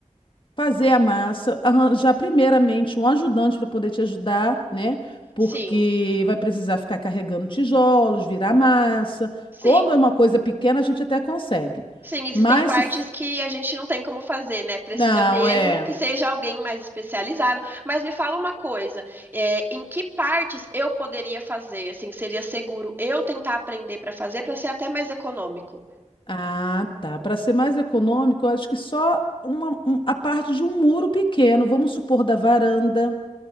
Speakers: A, on the left; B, on the right.
A: fazer a massa, arranjar primeiramente um ajudante para poder te ajudar, né? Porque
B: Sim,
A: vai precisar ficar carregando tijolos, virar massa.
B: sim.
A: Quando é uma coisa pequena, a gente até consegue.
B: Sim, existem
A: Mas
B: partes
A: se. f-
B: que a gente não tem como fazer, né? Precisa
A: Não,
B: mesmo
A: é.
B: que seja alguém mais especializado. Mas me fala uma coisa, é, em que partes eu poderia fazer? Assim, seria seguro eu tentar aprender para fazer para ser até mais econômico?
A: Ah, tá. Para ser mais econômico, eu acho que só uma, um- a parte de um muro pequeno, vamos supor, da varanda.